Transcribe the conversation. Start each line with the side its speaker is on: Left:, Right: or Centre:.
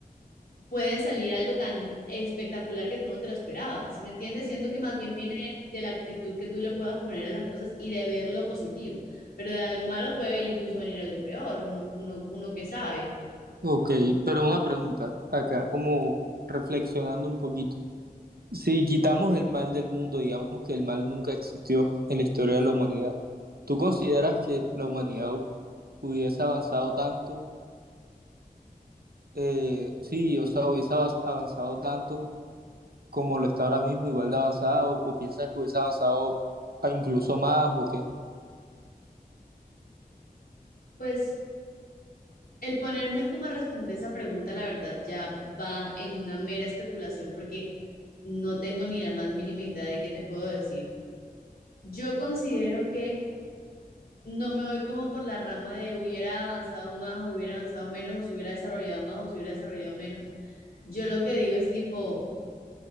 Left: puede salir algo tan espectacular que tú no te lo esperabas, ¿sí me entiendes? Siento que más bien viene de la actitud que tú le puedas poner a las cosas y de ver lo positivo, pero de algo malo puede incluso venir algo peor, uno, uno, uno que sabe.
Right: Ok, pero una pregunta acá, como reflexionando un poquito. Si quitamos el mal del mundo, digamos que el mal nunca existió en la historia de la humanidad, ¿tú consideras que la humanidad hu- hubiese avanzado tanto? Eh, sí, o sea, hubiese avas- avanzado tanto como lo está ahora mismo, igual de avanzado, o piensas que hubiese avanzado ah, incluso más o qué?
Left: Pues el ponerme como a responder esa pregunta, la verdad, ya va en una mera especulación porque No tengo ni la más mínima idea de qué te puedo decir. Yo considero que no me voy como por la rama de hubiera avanzado más o hubiera avanzado menos o se hubiera desarrollado más o se hubiera desarrollado menos. Yo lo que digo es tipo,